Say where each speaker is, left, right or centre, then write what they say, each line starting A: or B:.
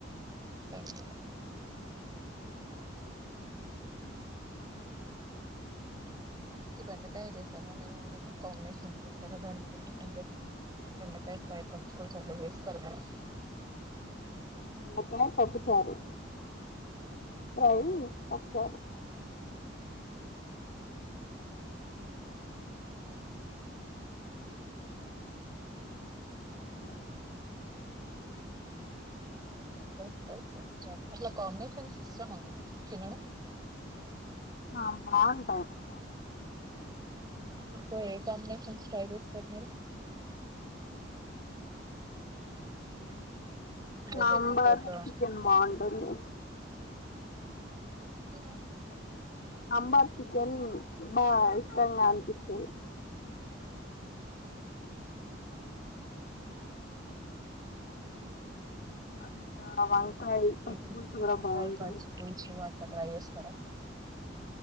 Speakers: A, on the right; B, on the left.
A: బెండకా
B: హ్మ్
A: ఉత్తి బెండకాయే చేసారా మీరు ఏమన్నా కాంబినేషన్ చేసారా దానికి తగట్టు అంటే బెండకాయ ఫ్రై పచ్చిపులుసు అట్ల చేస్తరు కదా
B: బెండకాయ పప్పుచారు ఫ్రై పప్పు చారు హలో
A: బెండకాయి ఫ్రై పప్పు చారు అట్లా కాంబినేషన్స్ ఇష్టమా మీకు తినడం
B: ఆ బాగుంటాయి కదా
A: ఎక్కువ ఏ కాంబినేషన్స్ ట్రై చేస్తారు మీరు అంటే
B: సాంబార్
A: వెజ్ తోటా
B: చికెన్ బాగుంటుంది
A: ఉమ్
B: సాంబార్ చికెన్ బా ఇష్టంగా అనిపిస్తది ఉమ్ ఇంకా వంకాయి పచ్చిపులుసు
A: ఈ
B: కూడా బాగుంటాయి
A: ఫ్రై పచ్చి పులుసు అట్లా ట్రై చేస్తారా